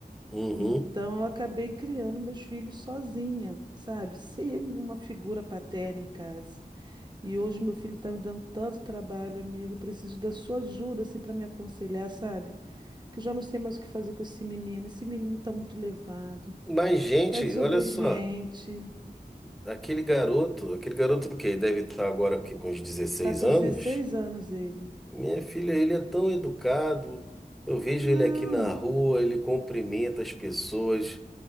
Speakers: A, in the centre; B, on the right.
A: Uhum.
B: Então eu acabei criando meus filhos sozinha, sabe? Sem uma figura paterna em casa. E hoje meu filho tá me dando tanto trabalho, amigo. Eu preciso da sua ajuda, assim, para me aconselhar, sabe? Que eu já não sei mais o que fazer com esse menino. Esse menino tá muito levado.
A: Mas, gente,
B: Tá desobediente.
A: olha só. Aquele garoto, aquele garoto que deve estar agora aqui com uns 16
B: Tá com
A: anos.
B: 16 anos ele.
A: Minha filha, ele é tão educado. Eu vejo
B: Não,
A: ele aqui na rua, ele cumprimenta as pessoas.